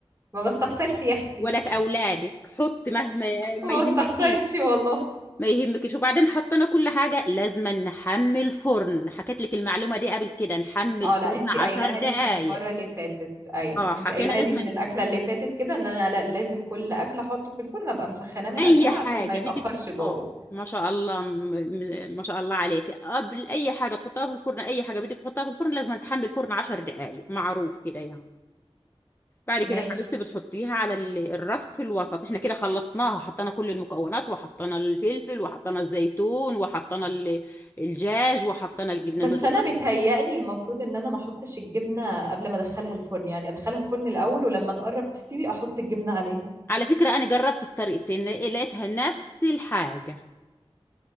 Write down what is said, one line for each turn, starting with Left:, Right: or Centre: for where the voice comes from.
Right: ما بستخسرش يا اختي
Left: ولا في اولادك حط مهما ما
Right: ما
Left: يهمكيش
Right: بستخسرش والله
Left: ما يهمكيش وبعدين حطينا كل حاجه لازم نحمي الفرن حكيت لك المعلومه دي قبل كده نحمي
Right: اه
Left: الفرن
Right: لا انت قايلها
Left: عشر دقائق
Right: لي من المره اللي فاتت ايوه
Left: اه حكينا
Right: انت قايلها
Left: لازم
Right: لي من الاكله اللي فاتت كده ان انا لا- لازم كل اكل احطه في الفرن ابقى مسخناه من
Left: اي
Right: قبلها
Left: حاجه
Right: عشان ما يتاخرش
Left: بدك تح-
Right: جوه
Left: اه ما شاء الله م- م- ما شاء الله عليك قبل اي حاجه تحطها في الفرن اي حاجه بدك تحطها في الفرن لازم تحمل الفرن 10 دقائق معروف كده يعني بعد كده
Right: ماشي
Left: يا حبيبتي بتحطيها على ال- الرف في الوسط احنا كده خلصناها حطينا كل المكونات وحطينا الفلفل وحطينا الزيتون وحطينا ال- الدجاج وحطينا الجبنه
Right: بس
Left: الموزاريلا
Right: انا بتهيألي المفروض ان انا ما احطش الجبنه قبل ما ادخلها الفرن يعني ادخلها الفرن الاول ولما تقرب تستوي احط الجبنه عليها
Left: على فكره انا جربت الطريقتين لقيتها نفس الحاجه